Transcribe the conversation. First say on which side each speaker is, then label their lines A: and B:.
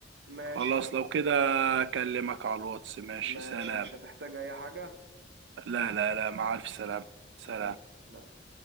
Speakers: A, on the right; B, on the right.
A: ماشي
B: خلاص
A: يلا
B: لو كده اكلمك على الواتس ماشي
A: ماشي
B: سلام
A: مش هتحتاج اي حاجه
B: لا لا لا مع الف سلام سلام
A: سلام سلام.